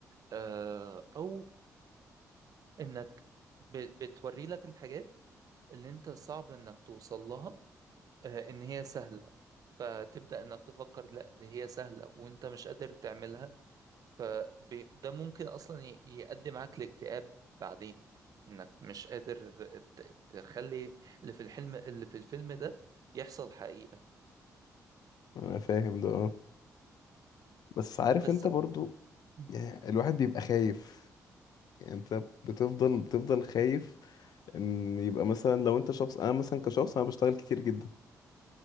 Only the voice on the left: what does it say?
انا فاهم ده اه بس عارف
انت برضو
يعني الواحد بيبقى خايف يعني انت بتفضل بتفضل خايف ان يبقى مثلا لو انت شخص انا مثلا كشخص انا بشتغل كتير جدا